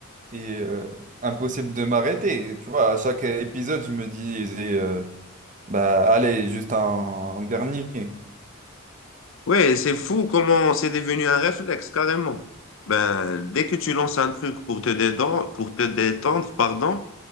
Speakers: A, on the right (about 35°); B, on the left (about 60°).
A: et euh, impossible de m'arrêter. Tu vois, à chaque épisode, je me dis, euh, bah allez, juste un, un dernier.
B: Ouais, c'est fou comment c'est devenu un réflexe carrément. Ben, dès que tu lances un truc pour te détendre, pour te détendre, pardon,